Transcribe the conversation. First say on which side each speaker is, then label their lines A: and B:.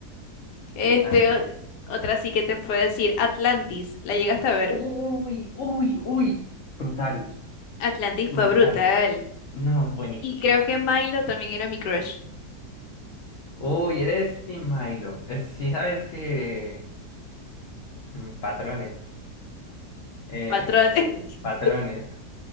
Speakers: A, on the left; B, on the left.
A: Este,
B: Y dale.
A: o- otra sí que te puedo decir, Atlantis. ¿La llegaste a ver?
B: Uy, uy, uy. Brutal,
A: Atlantis
B: brutal.
A: fue brutal.
B: No, buenísima.
A: Y creo que Milo también era mi crush.
B: Uy, eres Team Milo. Es- sí sabes que Mm, Patrones. Eh,
A: Patrón. <laughs>
B: eh, patrones.